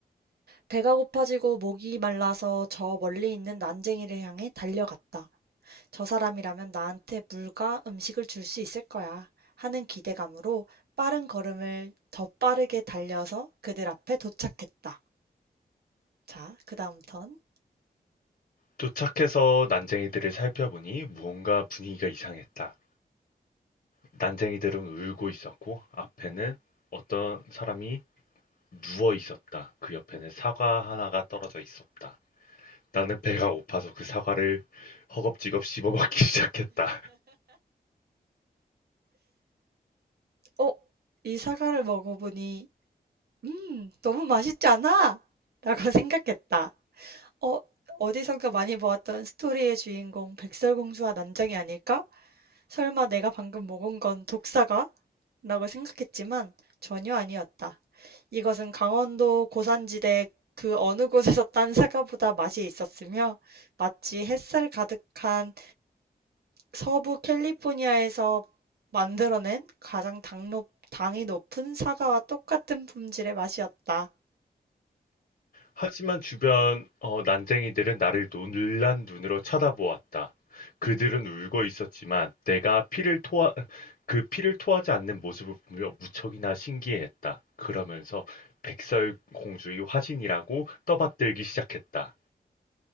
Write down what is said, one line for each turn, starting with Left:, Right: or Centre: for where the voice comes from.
Right: 배가 고파지고 목이 말라서 저 멀리 있는 난쟁이를 향해 달려갔다. 저 사람이라면 나한테 물과 음식을 줄 수 있을 거야. 하는 기대감으로 빠른 걸음을 더 빠르게 달려서 그들 앞에 도착했다. 자, 그 다음 턴.
Left: 도착해서 난쟁이들을 살펴보니 무언가 분위기가 이상했다. 난쟁이들은 울고 있었고 앞에는 어떤 사람이 누워 있었다. 그 옆에는 사과 하나가 떨어져 있었다. 나는 배가 고파서 그 사과를 허겁지겁 씹어먹기 <laughs> 시작했다.
Right: 어? 이 사과를 먹어보니, 음, 너무 맛있잖아 라고 생각했다. 어, 어디선가 많이 보았던 스토리의 주인공 백설공주와 난장이 아닐까? 설마 내가 방금 먹은 건 독사가? 라고 생각했지만 전혀 아니었다. 이것은 강원도 고산지대 그 어느 곳에서 딴 사과보다 맛이 있었으며 마치 햇살 가득한 서부 캘리포니아에서 만들어낸 가장 당로, 당이 높은 사과와 똑같은 품질의 맛이었다.
Left: 하지만 주변 어, 난쟁이들은 나를 놀란 눈으로 쳐다보았다. 그들은
Right: 음.
Left: 울고 있었지만 내가 피를 토하, 그 피를 토하지 않는 모습을 보며 무척이나 신기해했다. 그러면서 백설공주의 화신이라고 떠받들기 시작했다.